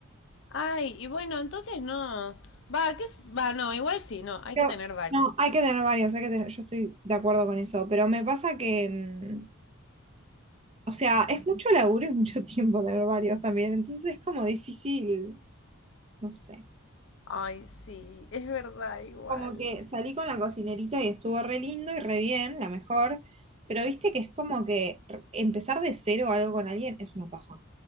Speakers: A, on the left; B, on the right.
A: Ay, y bueno, entonces no. Va, ¿qué es? Va, no, igual sí, no, hay
B: Pero,
A: que tener varios.
B: no, hay que tener varios, hay que tener, yo estoy de acuerdo con eso, pero me pasa que, em, O sea, es mucho laburo y mucho <laughs> tiempo tener varios también, entonces es como difícil, no sé.
A: Ay, sí, es verdad, igual.
B: Como que salí con la cocinerita y estuvo re lindo y re bien, la mejor, pero viste que es como que r- empezar de cero algo con alguien es una paja,